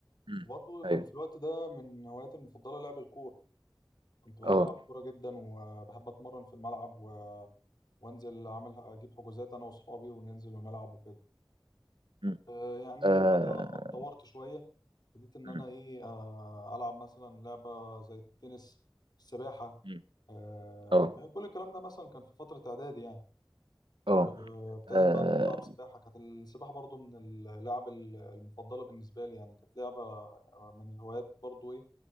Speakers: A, on the right; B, on the left.
A: مم.
B: وبرضه كان
A: ايوه
B: في الوقت ده من هواياتي المفضلة لعب الكورة كنت بحب
A: اه
B: ألعب كورة جدا وبحب أتمرن في الملعب و... وأنزل أعمل أجيب حجوزات أنا وأصحابي وننزل ونلعب وكده
A: مم.
B: آه، يعني
A: اه
B: بعديها لما اتطورت شوية ابتديت إن
A: مم.
B: أنا إيه آه، ألعب مثلا لعبة زي التنس السباحة
A: مم.
B: آه،
A: اه
B: كان كل الكلام ده مثلا كان في فترة إعدادي يعني
A: اه
B: آه، ابتديت
A: آه،
B: بقى ألعب سباحة كانت السباحة برضو من اللعب ال- المفضلة بالنسبة لي يعني كانت لعبة آه، من الهوايات برضو إيه